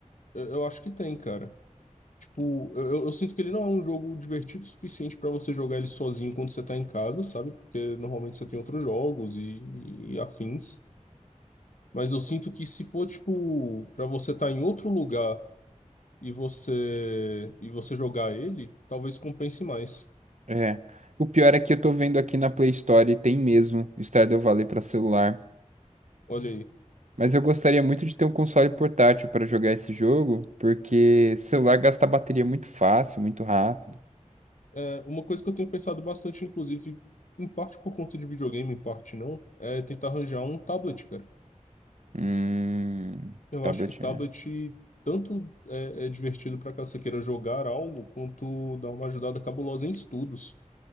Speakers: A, on the left; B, on the right.
A: Eu, eu acho que tem, cara. Tipo, eu, eu eu sinto que ele não é um jogo divertido o suficiente pra você jogar ele sozinho quando você tá em casa, sabe? Porque normalmente você tem outros jogos e, e afins. Mas eu sinto que se for, tipo, pra você estar tá em outro lugar. e você e você jogar ele, talvez compense mais.
B: É, o pior é que eu tô vendo aqui na Play Store e tem mesmo Stardew Valley para celular.
A: Olha aí.
B: Mas eu gostaria muito de ter um console portátil para jogar esse jogo, porque celular gasta bateria muito fácil, muito rápido.
A: É, uma coisa que eu tenho pensado bastante, inclusive, em parte por conta de videogame, em parte não, é tentar arranjar um tablet, cara.
B: Hum,
A: Eu
B: tablet
A: acho que tablet
B: é.
A: tanto é, é divertido para caso você queira jogar algo, quanto dá uma ajudada cabulosa em estudos.